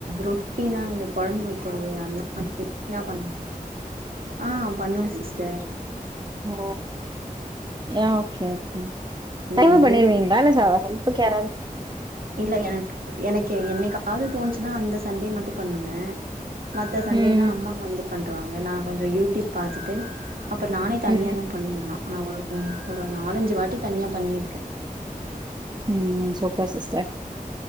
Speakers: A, on the right; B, on the right.
A: ரொட்டினா இந்த கொழம்பு வைக் க்கிறது அந்த <unintelligible> பண்ண ஆ பண்ணுவ sister
B: oh yeah okay okay
A: ம்
B: தயவ பண்ணிருவீங்ளா
A: யூடியூப்
B: இல்ல சாவக ப்ப கேரன்
A: இல்ல எனக்கு எனக்கு என்னைக்காவது தோணுச்சுன்னா அந்த சண்டே மட்டு பண்ணுவ மத்த சண்டேல்லா
B: ம்
A: அம்மா வந்து பண்ருவாங்க நா கொஞ்சோ யூடிப் பாத்துட்டு அப்றோ நானே தனியா
B: ம்
A: தா பண்ணுவ ஆனா ஒரு ஒரு ஒரு நாலஞ்சு வாட்டி தனியா பண்ணிருக்க
B: உம் சூப்பர் சிஸ்டர்